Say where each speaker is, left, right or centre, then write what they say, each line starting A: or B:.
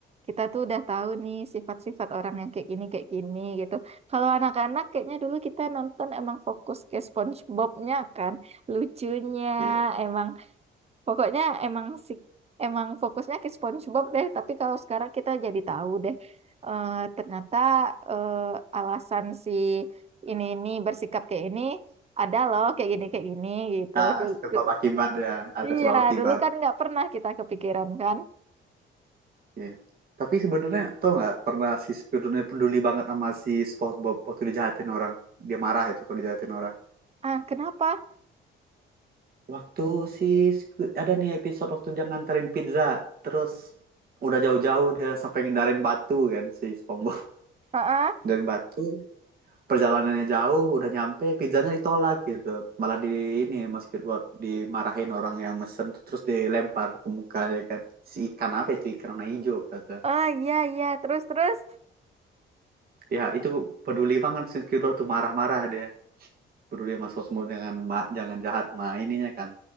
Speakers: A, on the right (about 30°); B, on the right (about 50°).
A: kita tuh udah tahu nih sifat-sifat orang yang kayak gini, kayak gini gitu. Kalau anak-anak kayaknya dulu kita nonton emang fokus ke SpongeBob-nya kan. Lucunya,
B: Iya.
A: emang Pokoknya emang si emang fokusnya ke SpongeBob deh, tapi kalau sekarang kita jadi tahu deh eh, ternyata eh, alasan si ini ini bersikap kayak ini ada loh kayak gini kayak gini gitu.
B: Nah,
A: Dulu-
B: sebab
A: du-
B: akibat ya. Ada
A: iya,
B: sebab akibat.
A: dulu kan nggak pernah kita kepikiran kan.
B: Iya. Tapi sebenarnya tau nggak pernah si Squidward ini peduli banget sama si SpongeBob waktu dijahatin orang. Dia marah itu kalau dijahatin orang.
A: Ah, kenapa?
B: Waktu si Squid- ada nih episode waktu dia nganterin pizza. Terus udah jauh-jauh dia sampai ngindarin batu kan si SpongeBob. <laughs>
A: Ah, ah,
B: Ngindarin batu perjalanannya jauh udah nyampe pizzanya ditolak gitu malah di ini mas Kirwat dimarahin orang yang mesen terus dilempar ke muka ya kan si ikan apa itu ikan warna hijau kata
A: ah, iya iya terus terus.
B: ya itu peduli banget si Kirwat tuh marah-marah dia peduli sama sosmed jangan ma- jangan jahat sama ininya kan